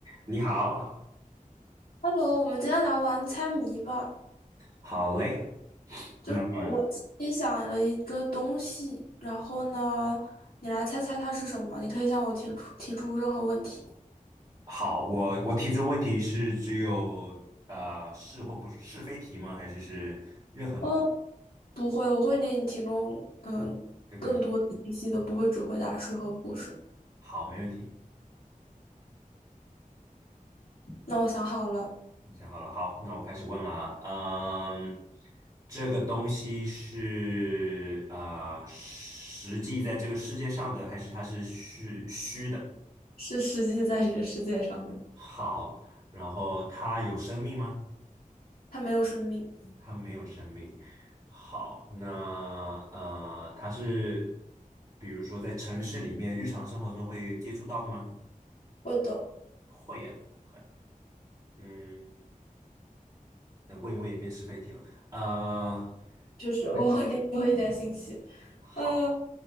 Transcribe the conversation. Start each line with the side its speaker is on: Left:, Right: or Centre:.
Right: 你好，
Left: Hello，我们今天来玩猜谜吧。
Right: 好嘞。
Left: 就是我心里想了一个东西，
Right: 那么
Left: 然后呢，你来猜猜它是什么。你可以向我提出提出任何问题。
Right: 好，我我提出问题是只有呃是或不是是非题吗？还是是任何都
Left: 嗯，不会，我会给你提供嗯更多的信息的，
Right: 更多？
Left: 不会只回答是和不是。
Right: 好，没问题。
Left: 那我想好了，
Right: 你想好了，好，那我开始问了啊。嗯，这个东西是呃实际在这个世界上的，还是它是虚虚的？
Left: 是实际在这个世界上的，
Right: 好，然后它有生命吗？
Left: 它没有生命。
Right: 它没有生命。好，那呃，它是比如说在城市里面日常生活中会接触到的吗？
Left: 会的，
Right: 会啊，OK，嗯，那问一问也变是非题了。呃，
Left: 就是我会给你多一点信息。
Right: 会，好，
Left: 嗯。